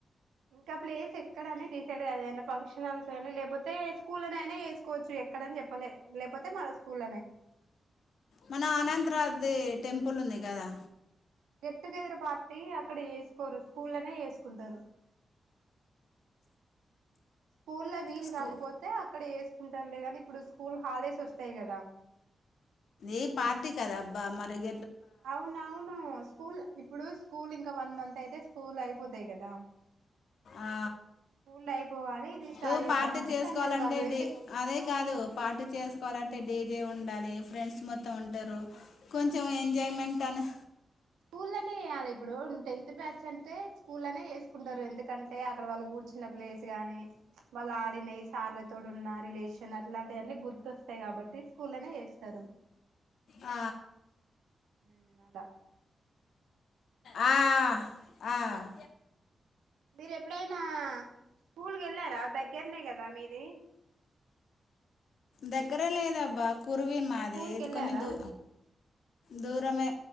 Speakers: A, on the right (about 85°); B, on the left (about 75°).
A: ఇంకా ప్లేస్ ఎక్కడని డిసైడ్ కాలే ఫంక్షనల్స్ ఫంక్షన్ హాల్స్ ఏమి లేకపోతే స్కూల్లోనైనా వేసుకోవచ్చు ఎక్కడ వస్తారని చెప్పలే లేపోతే మన స్కూల్లోనే
B: మన అనంతర రాజ్ ది టెంపుల్ ఉంది కదా
A: గెట్ టుగెదర్ పార్టీ అక్కడ చేసుకోరు స్కూల్ లోనే చేసుకుంటారు స్కూల్లో వీలు
B: స్కూ
A: కాకపోతే అక్కడ చేస్ కుంటారులే కానీ ఇప్పుడు స్కూల్ హాలిడేస్ వస్తాయి కదా
B: ఏ ఈ పార్టీ కద అబ్బా మరిగ
A: అవునవును స్కూల్ ఇప్పుడు స్కూల్ ఇంకా వన్ మంత్ అయితే స్కూల్ అయి పోతయ్ కదా
B: ఆ
A: స్కూల్ అయిపోగానే ఇది స్టార్ట్
B: నువ్వు
A: చేద్దాం
B: పార్టీ
A: అనేసి
B: చేసుకోవాలంటే
A: అన్నారు వాళ్ళు ఎందుకు
B: డి అదే కాదు పార్టీ చేసుకోవాలంటే డీజే ఉండాలి ఫ్రెండ్స్ మొత్తం ఉంటారు కొంచెం ఎంజాయ్మెంట్ అని
A: స్కూల్ లోనే చేయాలి ఇప్పుడు టెన్త్ బ్యాచ్ అంటే స్కూల్ లోనే చేసుకుంటారు ఎందుకంటే అక్కడ వాళ్ళు కూర్చన్న ప్లేస్ గాని వాళ్ళ ఆడిన ఈ సార్ లతోటున్న రిలేషన్ అట్లాంటివన్నీ గుర్తొస్త వస్తాయి కాబట్టి స్కూల్లోనే చేస్తారు
B: ఆ
A: ఉమ్ అదా
B: ఆ ఆ
A: మీరు ఎప్పుడైనా స్కూల్ కి ఎళ్ళారా దగ్గరనే కదా మీది
B: దగ్గరే లేదబ్బా కురివి మాది
A: స్కూల్ కి
B: ఇది
A: వెళ్ళారా
B: కొంచెం దూ దూరమే